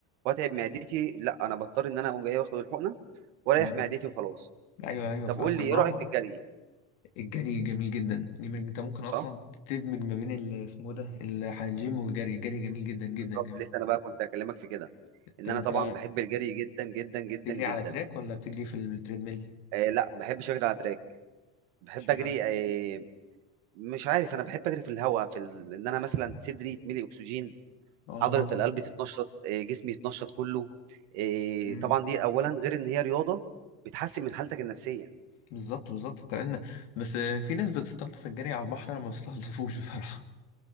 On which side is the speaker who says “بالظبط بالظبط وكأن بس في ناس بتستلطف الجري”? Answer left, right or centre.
Left